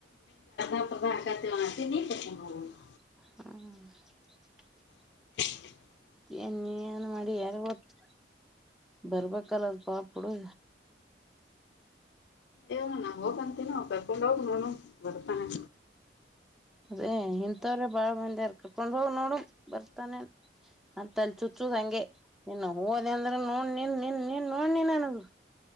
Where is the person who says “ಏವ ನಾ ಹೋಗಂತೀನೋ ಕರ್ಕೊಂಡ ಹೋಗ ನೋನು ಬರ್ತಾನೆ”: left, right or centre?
Left